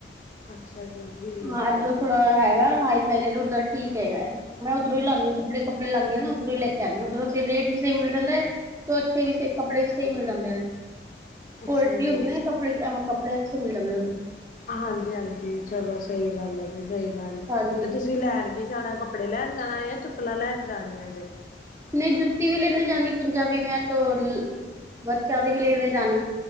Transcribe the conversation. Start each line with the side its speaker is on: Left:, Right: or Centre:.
Left: ਅੱਛਾ। ਜੀ ਠੀਕ
Right: ਹਾਂ
Left: ਹੈ
Right: ਇਧਰ
Left: ਜੀ
Right: ਥੋੜਾ, ਹੈਗਾ ਹਾਈ ਫਾਈ ਉੱਧਰ ਠੀਕ ਹੈਗਾ, ਮੈਂ ਉੱਧਰੋਂ ਹੀ ਲੈਂਦੀ। ਆਪਣੇ ਕਪੜੇ ਲਿਆਣੀ ਨਾ ਓਧਰੋਂ ਲੈ ਕੇ? ਲਿਆਣੀ ਓਧਰੋਂ, ਰੇਟ ਵੀ ਸਹੀ ਮਿਲ ਜਾਂਦਾ ਹੈ। ਤੇ ਅੱਛੇ ਕੱਪੜੇ ਵੀ, ਸਹੀ ਮਿਲ ਜਾਂਦੇ ਨੇ।
Left: ਅੱਛਾ
Right: ਕੋਵਾਲਟ
Left: ਜੀ
Right: ਹੁੰਦੀ ਨਾ ਕੱਪੜੇ ਅੱਛੇ ਮਿਲ ਜਾਂਦੇ ਉਦੇ
Left: ਹਾਂਜੀ ਹਾਂਜੀ ਚਲੋ, ਸਹੀ ਗੱਲ ਹੈ ਜੀ। ਸਹੀ ਗੱਲ
Right: ਹਾਂਜੀ
Left: ਤੇ ਤੁਸੀਂ ਲੈਣ ਜਾਣਾ, ਕੱਪੜੇ ਲੈਣ ਜਾਣਾ ਏ ਚਪਲਾਂ ਲੈਣ ਜਾਣੀਆਂ ਜ
Right: ਨਈ ਜੁੱਤੀ ਵੀ ਲੈਦੇ ਜਾਂਦੀ ਪੰਜਾਬੀ, ਮੈਂ ਤੋਂ ਬਚਿਆਂ ਦੇ ਵੀ ਲੈ ਕੇ ਜਾਣੀ।